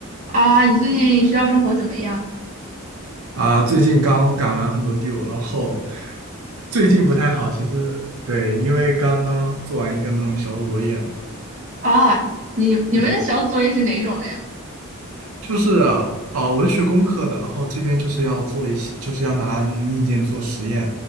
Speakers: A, on the right (about 35°); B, on the right (about 75°).
A: 啊，你最近学校生活怎么样？
B: 啊，最近刚赶完很多 due，然后最近不太好。其实对，因为刚刚做完一个那种小组作业嘛，
A: 啊，你你们的小组作业是哪种的呀？
B: 对，就是啊，哦，我是学工科的，然后这边就是要做一些，就是要拿那种硬件做实验，